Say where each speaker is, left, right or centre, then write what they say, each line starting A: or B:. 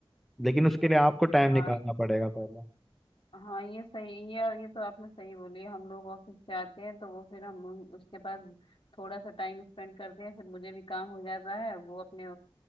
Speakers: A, in the centre; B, on the left.
A: लेकिन उसके लिए आपको टाइम
B: परेशान
A: निकालना
B: हाँ
A: पड़ेगा पहले
B: हाँ ये सही ये ये तो आपने सही बोली है हम लोग ऑफिस से आते हैं तो वो फिर हम उन- उसके पास थोड़ा सा टाइम स्पेंड करते हैं फिर मुझे भी काम हो जाता है वो अपने